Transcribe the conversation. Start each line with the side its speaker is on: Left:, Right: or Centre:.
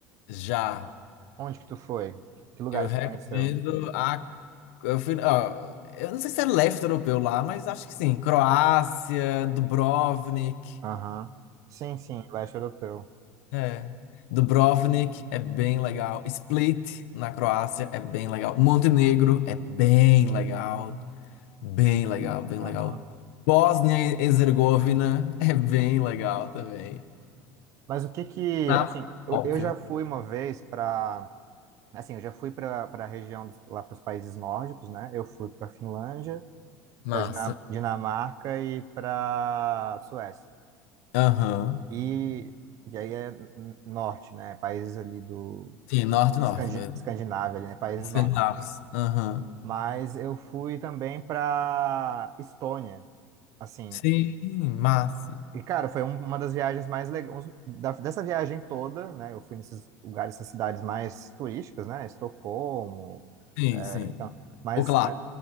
Left: Já,
Right: Onde que tu foi? Que lugares
Left: eu recomendo
Right: tu conheceu?
Left: a. Eu, fui, ó, eu não sei se é leste europeu lá, mas acho que sim. Croácia, Dubrovnik.
Right: Aham. Sim, sim, leste europeu.
Left: É. Dubrovnik é bem legal. Split, na Croácia, é bem legal. Montenegro é bem legal. Bem legal, bem legal.
Right: Aham.
Left: Bósnia e Herzegovina é bem legal também.
Right: Mas o que que,
Left: Tá?
Right: assim, eu,
Left: Óbvio.
Right: eu já fui uma vez para, assim, eu já fui para para a região dos, lá para os países nórdicos, né? Eu fui para Finlândia,
Left: Massa.
Right: para Dinamarca e para Suécia.
Left: Aham.
Right: E, e aí é n- norte, né? Países ali do
Left: Sim, norte-norte
Right: Escandi-
Left: mesmo.
Right: Escandinávia, ali, né? Países
Left: Escandinavos.
Right: nórdicos.
Left: Aham.
Right: Mas eu fui também para Estônia, assim.
Left: Sim, massa.
Right: E, cara, foi um- uma das viagens mais legais. Dessa viagem toda, né? Eu fui nesses lugares, essas cidades mais turísticas, né? Estocolmo.
Left: Sim,
Right: é,
Left: sim.
Right: então, mas,
Left: O clássico.
Right: mas